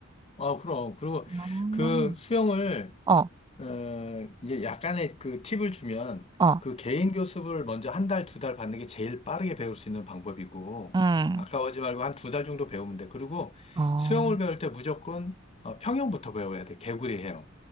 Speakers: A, on the left (about 30°); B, on the right (about 20°).
A: 아, 그럼. 그리고
B: 음.
A: 그 수영을,
B: 어,
A: 어, 이제 약간의 그 팁을 주면
B: 어,
A: 그 개인 교습을 먼저 한 달, 두 달 받는 게 제일 빠르게 배울 수 있는 방법이고,
B: 음,
A: 아까워하지 말고 한 두 달 정도 배우면 돼. 그리고
B: 어,
A: 수영을 배울 때 무조건 어, 평영부터 배워야 돼. 개구리 헤엄.